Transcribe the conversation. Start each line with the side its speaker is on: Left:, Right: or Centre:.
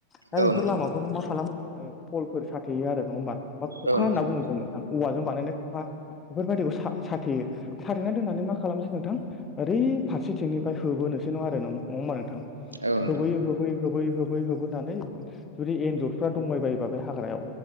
Left: दा
Right: औ
Left: बेफोर
Right: नोंथां
Left: लामाफोराव मा खालामो ओ फलफोर सा थेयो आरो नङा होमबा? बा ख'खा
Right: औ नोंथां
Left: होनना बुङो जों नोंथां, औवाजों बानायनाय खखा बेफोरबायदिखौ सा-साथेयो। साथेना दोननानै मा खालामनोसै नोंथां ओरै फारसेथिंनिफ्राय होबोनोसै नङा आरो नङा होमबा नोंथां?
Right: औ नोंथां
Left: होबोयै होबोयै होबोयै होबोयै होबोनानै जुदि एन्जरफ्रा दंबाय बायोबा बे हाग्रायाव